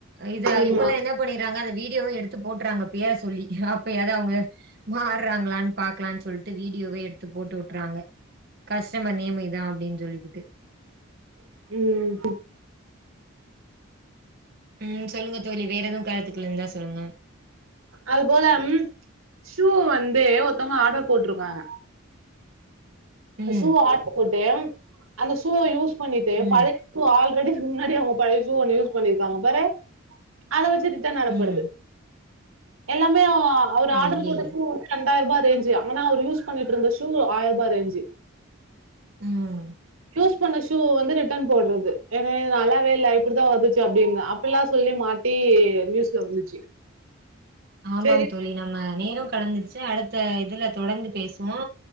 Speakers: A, on the right (about 45°); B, on the right (about 75°).
A: இத
B: ஆமா
A: இப்பெல்லா என்ன பண்ணறாங்க அத வீட் விடியோவு எடுத்து போட்டுறாங்க பேர சொல்லி அப்பயாவது அவங்க மாறாங்களான்னு பாக்கலான்னு சொல்லிட்டு வீடியோவே எடுத்து போட்டு விட்டுறாங்க க கஸ்டமர் நேம் இத அப்டின்னு சொல்லி ட்டு
B: உம்
A: உம் சொல்லுங்க தோழி வேற எதுவு கருத்து <unintelligible> இருந்தா சொல்லுங்க
B: அது போல ம் ஷூ வந்து ஒருத்தவங்க ஆர்டர் போட்டிருக்காங்க
A: ம்
B: ஷூ ஆர்டர் போட்டு அந்த ஷூவ யூஸ் பண்ணிட்டு
A: ம்
B: பழையக்கு ஷூவ ஆல்ரெடி முன்னாடி அவங்க பழைய ஷூ ஒன்னு யூஸ் பண்ணிருக்காங்க பாரு அத வச்சு ரிட்டர்ன் அனுப்புறது
A: ம்
B: எல்லாமே அவர் ஆர்டர்
A: ஐயையோ
B: போட்டு ஆர்டர் போட்ட ஷூ <inaudible> ரெண்டுயுருபா ரேஞ்சு ஆனா ஒரு யூஸ் பண்ணிட்டு இருந்த ஷூ ஆயாருபா ரேஞ்சு
A: உம்
B: யூஸ் பண்ண ஷூ வந்து ரிட்டர்ன் போடுறது ஏன்ன நல்லாவே இல்ல இப்டித்தா வந்துச்சு அப்டின்னு அப்டில சொல்லி மாட்டி நியூஸ்ல வந்துச்சு
A: ஆமாம்
B: சரி
A: தோழி நம்ம நேரோ கடந்துருச்சு அடுத்த இதுல தொடர்ந்து பேசுவோ